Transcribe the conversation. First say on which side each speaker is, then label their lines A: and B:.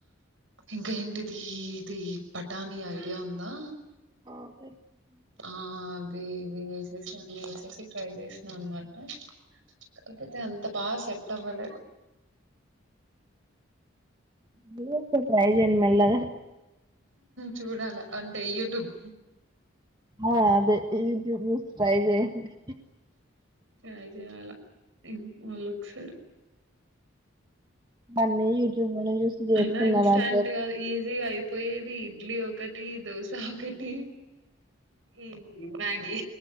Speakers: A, on the right (about 70°); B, on the right (about 20°).
A: ఇంక ఏంటిది ఇది బటానీ ఐడియా ఉందా
B: <inaudible>
A: ఆ అవి ఇవి వేసేసి అన్ని వేసేసి ట్రై చేసిన అనమాట కాకపోతే అంత బాగా సెట్ అవ్వలేదు
B: కుదిరితే ట్రై చేయండి మళ్ళా
A: చూడాలా అంటే యూట్యూబ్
B: ఆ అదే యూట్యూబ్ చూసి ట్రై చేయండి
A: ట్రై చేయాల ఇంక్ మళ్ళా ఒకసారి
B: అన్ని యూట్యూబ్ లోనే చూసి చేస్తున్నారు
A: అయినా ఇన్స్టాట్
B: అందరు
A: గా ఈ గా అయిపోయేది ఇడ్లీ ఒకటి దోశ ఒకటి ఈ మ్యాగి